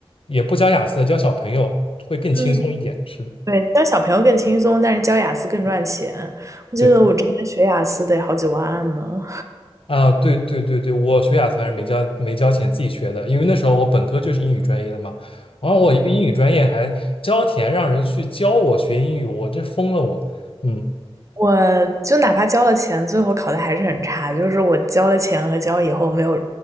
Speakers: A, on the left; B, on the right.
A: 也不教雅思的，教小朋友会更轻松一点。
B: 嗯
A: 是的，
B: 对，教小朋友更轻松，但是教雅思更赚钱。我记得我之前学雅思得好几万呢，
A: 对啊，对对对对，我学雅思反正没交没交钱，自己学的，因为那时候我本科就是英语专业的嘛，然后我一个英语专业还交钱让人去教我学英语，我这疯了我，嗯。
B: 我就哪怕交了钱，最后考的还是很差，就是我交了钱和交以后没有